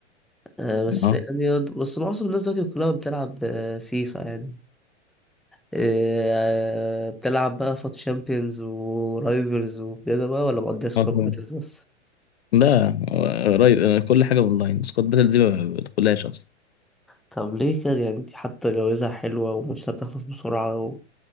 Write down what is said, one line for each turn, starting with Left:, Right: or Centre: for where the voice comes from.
Centre: آه بس
Left: اه
Centre: يعني بس معظم الناس دلوقتي كلها بتلعب آه، فيفا يعني آه بتلعب بقى فات شامبيونز ورايفلز وكده بقى ولا مقضيها سكواد
Left: آه طبعا.
Centre: باتلز بس
Left: لا قريب أنا كل حاجه اونلاين سكواد باتل دي ما بدخلهاش اصلا
Centre: طب ليه كده يعني دي حتى جوازها حلوة ومش بتخلص بسرعة و...